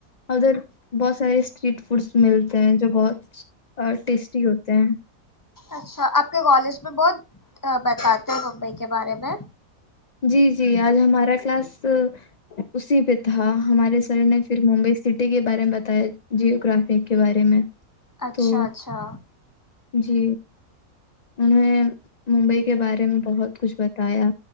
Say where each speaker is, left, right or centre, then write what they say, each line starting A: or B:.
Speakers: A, on the left; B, on the left.
A: ادھر بہت سارے اسٹریٹ فوڈس ملتے ہیں جو بہت اور ٹیسٹی ہوتے ہیں
B: اچھا آپ کے کالج میں بہت بتاتے ہیں ممبئی کے بارے میں
A: جی جی آج ہمارا کلاس اسی پہ تھا ہمارے سر نے پھر ممبئی سٹی کے بارے میں بتایا جیو گراف گرافی کے بارے میں
B: اچھا
A: تو
B: اچھا
A: جی انہیں ممبئی کے بارے میں بہت کچھ بتایا